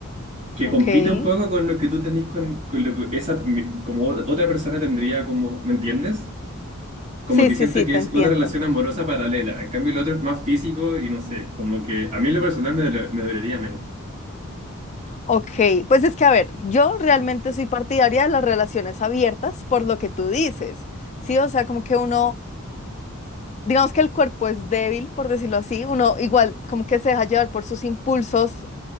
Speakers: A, on the right; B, on the left.
A: que
B: ok.
A: compite un poco con lo que tú tenés con, con lo que esa, como otra persona tendría como, ¿me entiendes? Como
B: Sí,
A: que
B: sí,
A: siento
B: sí,
A: que
B: te
A: es
B: entiendo.
A: una relación amorosa paralela. En cambio, el otro es más físico y no sé. Como que a mí en lo personal me, dolo- me dolería menos.
B: Ok, pues es que a ver, yo realmente soy partidaria de las relaciones abiertas por lo que tú dices, ¿sí? O sea, como que uno, digamos que el cuerpo es débil, por decirlo así, uno igual como que se deja llevar por sus impulsos